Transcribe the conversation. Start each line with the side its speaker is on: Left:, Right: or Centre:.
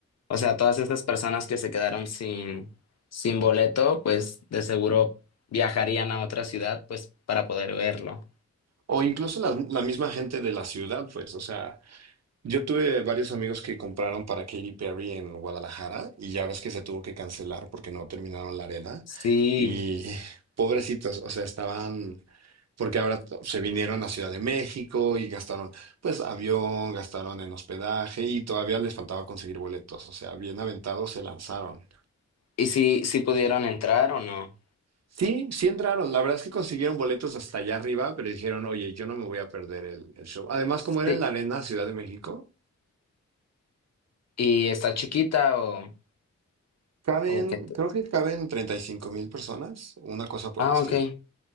Left: O sea, todas esas personas que se quedaron sin, sin boleto, pues de seguro viajarían a otra ciudad, pues, para poder verlo.
Right: O incluso la, la misma gente de la ciudad, pues, o sea, yo tuve varios amigos que compraron para Katy Perry en Guadalajara y ya ves que se tuvo que cancelar porque no terminaron la arena
Left: Sí.
Right: y pobrecitos, o sea, estaban... Porque ahora se vinieron a Ciudad de México y gastaron, pues, avión, gastaron en hospedaje y todavía les faltaba conseguir boletos. O sea, bien aventados se lanzaron.
Left: ¿Y si, si pudieron entrar o no?
Right: Sí, sí entraron. La verdad es que consiguieron boletos hasta allá arriba, pero dijeron, oye, yo no me voy a perder el, el show. Además, como era
Left: Sí.
Right: en la arena Ciudad de México,
Left: ¿Y está chiquita o,
Right: caben,
Left: o qué? t-
Right: creo que caben treinta y cinco mil personas, una cosa por
Left: Ah,
Right: el estilo.
Left: ok.